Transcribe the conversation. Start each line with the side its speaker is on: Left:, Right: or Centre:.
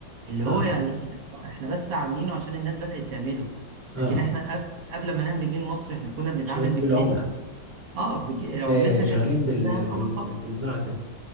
Right: اللي
Centre: اه
Right: هو يعني يعني احنا بس عاملينه عشان الناس بدات تعمله
Centre: اه
Right: لكن احنا قبل قبل ما نعمل الجنيه المصري احنا كنا بنتعامل
Centre: شغالين
Right: بالجنيه
Centre: بالعملة
Right: ده اه بج... عملتنا
Centre: آه، شغالين
Right: كانت
Centre: بال...
Right: بالذهب
Centre: بال...
Right: او الفضه
Centre: بالمعدن